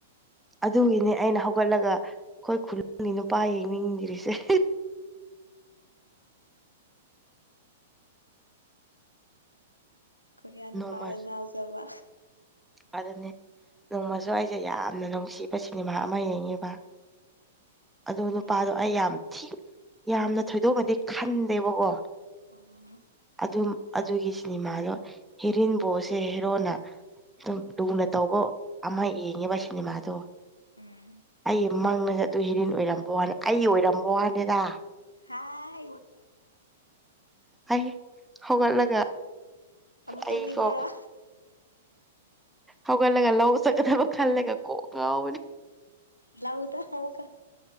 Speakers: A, in the centre; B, on the left.
A: ꯑꯗꯨꯒꯤꯅꯦ ꯑꯩꯅ ꯍꯧꯒꯠꯂꯒ ꯑꯩꯈꯣꯏ ꯈꯨꯜꯒꯤ ꯅꯨꯄꯥ ꯌꯦꯡꯅꯤꯡꯗꯔꯤꯁꯦ
B: ꯀꯣꯔꯤꯌꯥ ꯅꯨꯄꯥꯗ
A: ꯅꯣꯡꯃꯁꯨ
B: ꯉꯥꯎꯖꯕ
A: ꯑꯗꯨꯅꯦ ꯅꯣꯡꯃꯁꯨ ꯑꯩꯁꯦ ꯌꯥꯝꯅ ꯅꯨꯡꯁꯤꯕ ꯁꯤꯅꯦꯃꯥ ꯑꯃ ꯌꯦꯡꯉꯤꯕ ꯑꯗꯣ ꯅꯨꯄꯥꯗꯣ
B: ꯎꯝ
A: ꯑꯩ ꯌꯥꯝ ꯊꯤ ꯌꯥꯝꯅ ꯊꯣꯏꯗꯣꯛꯅꯗꯤ ꯈꯟꯗꯦꯕꯀꯣ
B: ꯑꯣ
A: ꯑꯗꯨꯝ ꯑꯗꯨꯒꯤ ꯁꯤꯅꯦꯃꯥꯗꯣ ꯍꯦꯔꯤꯟꯕꯣꯁꯦ ꯍꯦꯔꯣꯅ ꯑꯗꯨꯝ ꯂꯨꯅ ꯇꯧꯕ ꯑꯃ ꯌꯦꯡꯉꯤꯕ ꯁꯤꯅꯦꯃꯥꯗꯣ
B: ꯎꯝ
A: ꯑꯩ ꯃꯪꯅꯁꯦ ꯑꯗꯨ ꯍꯦꯔꯤꯦꯟ ꯑꯣꯏꯔꯝꯕ ꯋꯥꯅꯤ ꯑꯩ ꯑꯣꯏꯔꯝꯕ ꯋꯥꯅꯤꯗ
B: ꯍꯥꯥ
A: ꯑꯩ ꯍꯧꯒꯠꯂꯒ
B: ꯑꯃꯨꯛ
A: ꯑꯩꯕꯨ
B: ꯇꯨꯝꯅꯤꯡꯕꯔꯥ
A: ꯍꯧꯒꯠꯂꯒ ꯂꯧ ꯆꯠꯀꯗꯕ ꯈꯜꯂꯒ ꯀꯣꯛ ꯉꯥꯎꯕꯅꯤ
B: ꯂꯎ ꯇ ꯍꯃꯨ ꯀ